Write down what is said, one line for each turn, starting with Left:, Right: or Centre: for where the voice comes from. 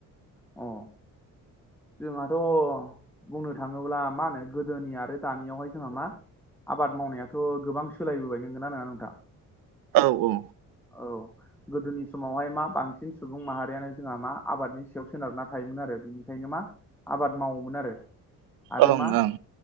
Centre: अ जोंहाथ' बुंनो थाङोब्ला मा होनो गोदोनि आरो दानियावहाय जोंहा मा आबाद मावनायाथ' गोबां सोलायबोबाय नंगोनना नङा नोंथां
Right: औ औ
Centre: औ गोदोनि समावहाय मा बांसिन सुबुं माहारियानो जोंहा मा आबादनि स सोनारना थायोमोन आरो बिनिखायनो मा आबाद मावोमोन आरो आरो
Right: ओं
Centre: मा
Right: ओं